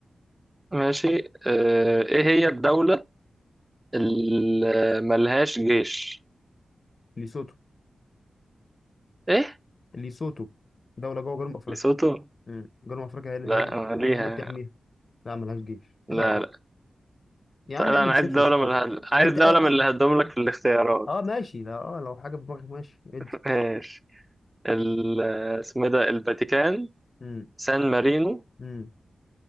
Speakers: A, on the right; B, on the left.
A: ماشي اه ايه هي الدولة اللي ملهاش جيش؟
B: ليسوتو
A: ايه؟
B: ليسوتو دولة جوه جنوب أفريقيا
A: ليسوتو؟
B: مم. جنوب أفريقيا هي اللي
A: لا
B: هي اللي
A: ما ليها
B: هي اللي بتحميها لا ملهاش جيش
A: لا
B: عيب
A: لا
B: يا
A: طيب
B: عم
A: انا
B: اعمل
A: عايز
B: سيرش
A: دولة
B: شوف
A: من الهد... عايز
B: انت
A: دولة
B: اه,
A: من اللي هدوم لك في الاختيارات
B: آه ماشي لا اه لو حاجه في دماغك ماشي ادي
A: <laughs> ماشي ال... اسمه إيه ده الفاتيكان
B: امم
A: سان مارينو
B: امم